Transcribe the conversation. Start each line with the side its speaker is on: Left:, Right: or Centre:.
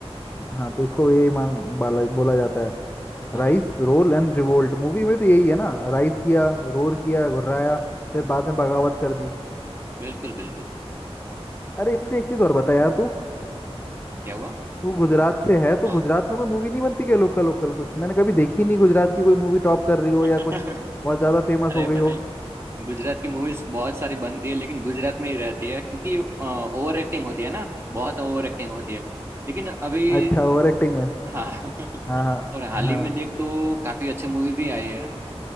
Left: हाँ तो इसको यही मान बाला, बोला जाता है
Right: अच्छा
Left: Rise roar and revolt movie में तो यही है ना राइज किया रोर किया घुर्राया फिर बाद में बगावत कर दी
Right: बिल्कुल बिल्कुल
Left: अरे मुझे एक चीज और बता यार तू
Right: क्या हुआ
Left: तू गुजरात से है तो
Right: हाँ
Left: गुजरात में कोई मूवी नहीं बनती क्या लोकल लोकल कुछ मैंने कभी देखी नहीं गुजरात की कोई मूवी टॉप कर रही हो
Right: <laughs>
Left: या कुछ बहुत ज्यादा फेमस
Right: अरे
Left: हो गई
Right: भाई
Left: हो
Right: गुजरात की मूवीज बहुत सारी बनती है लेकिन गुजरात में ही रहती है क्योंकि ओवर एक्टिंग होती है ना बहुत ओवर एक्टिंग होती है लेकिन अभी
Left: अच्छा ओवर एक्टिंग है
Right: हाँ <laughs>
Left: हाँ हाँ
Right: और हाल
Left: हाँ
Right: ही में देख तो काफी अच्छी मूवी भी आई है अ,